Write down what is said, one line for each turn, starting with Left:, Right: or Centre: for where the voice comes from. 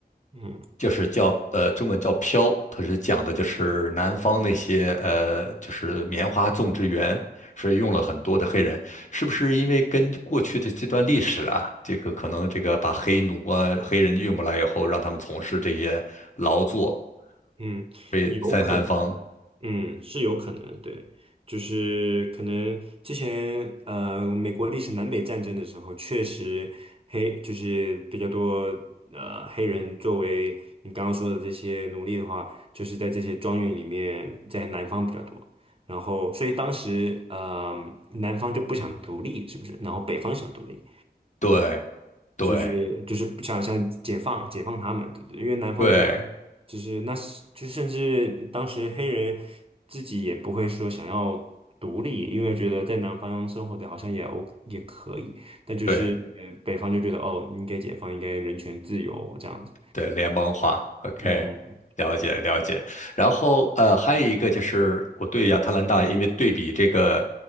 Right: 嗯
Left: 就是叫呃中文叫《飘》，它是讲的就是南方那些呃就是棉花种植园，是用了很多的黑人，是不是因为跟过去的这段历史啊，这个可能这个把黑奴啊黑人运过来以后，让他们从事这些劳作，
Right: 嗯，
Left: 所以在南方，
Right: 有可能。嗯，是有可能的，对，就是可能之前呃，美国历史南北战争的时候，确实黑就是比较多呃黑人作为你刚刚说的这些奴隶的话，就是在这些庄园里面，在南方比较多，然后所以当时呃南方就不想独立，是不是？然后北方想独立，
Left: 对对
Right: 就是就是不想想解放解放他们，对不对？因为南方就
Left: 对
Right: 就是那是就甚至当时黑人自己也不会说想要独立，因为觉得在南方生活的好像也 O 也可以，但就是呃北方就觉得哦，
Left: 对。
Right: 应该解放，应该人权自由这样子。
Left: 对，联邦化，OK，
Right: 嗯哼，
Left: 了解了解。然后呃，还有一个就是我对亚特兰大，因为对比这个